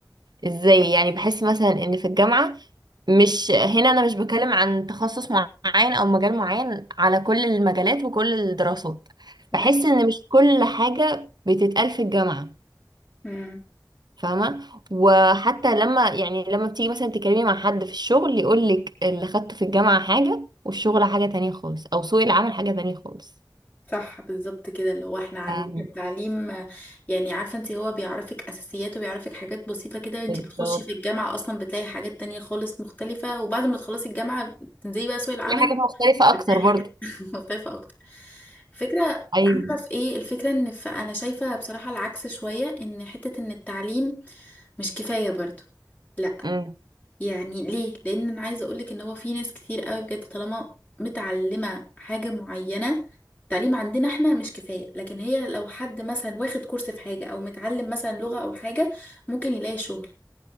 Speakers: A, on the right (about 65°); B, on the left (about 20°).
A: ازاي يعني بحس مثلا إن في الجامعة مش هنا أنا مش بكلم عن تخصص معين أو مجال معين على كل المجالات وكل الدراسات
B: تمام
A: بحس إن مش كل حاجة بتتقال في الجامعة
B: امم
A: فاهمة وحتى لما يعني لما بتيجي مثلا تكلمي مع حد في الشغل يقولك اللي خدته في الجامعة حاجة والشغل حاجة تانية خالص أو سوق العمل حاجة تانية خالص
B: صح بالظبط كده اللي هو احنا عندنا
A: أم،
B: التعليم آه، يعني عارفه انت هو بيعرفك اساسيات وبيعرفك حاجات بسيطه كده انت
A: بالظبط
B: بتخشي في الجامعه اصلا بتلاقي حاجات تانية خالص مختلفه وبعد ما تخلصي الجامعه تنزلي بقى سوق العمل
A: دي حاجة مختلفة أكتر
B: مرتاحة
A: برضو
B: <laughs> مختلفة أكتر فكرة
A: أيوة
B: عارفة في إيه الفكرة إن ف- أنا شايفة بصراحة العكس شوية إن حتة إن التعليم مش كفاية برضو لا
A: أم،
B: يعني ليه لأن أنا عايزة أقولك إن هو في ناس كتير قوي بجد طالما متعلمة حاجة معينة التعليم عندنا احنا مش كفاية لكن هي لو حد مثلا واخد كورس في حاجة أو متعلم مثلا لغة أو حاجة ممكن يلاقي شغل